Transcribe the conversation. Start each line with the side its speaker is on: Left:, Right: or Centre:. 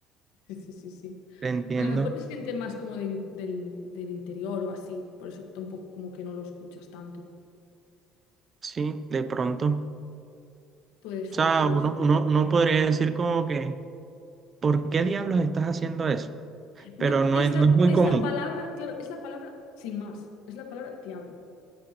Left: Sí, sí, sí, sí.
Right: Te entiendo.
Left: A lo mejor es gente más como de in- del, del interior o así, por eso tampoco como que no lo escuchas tanto.
Right: Sí, de pronto.
Left: Puede ser,
Right: O sea,
Left: puede
Right: uno,
Left: ser.
Right: uno, uno podría decir como que, ¿por qué diablos estás haciendo eso? Pero
Left: No,
Right: no
Left: es
Right: es,
Left: la,
Right: no es
Left: pa-
Right: muy
Left: es
Right: común.
Left: la palabra, claro, es la palabra sin más, es la palabra diablo.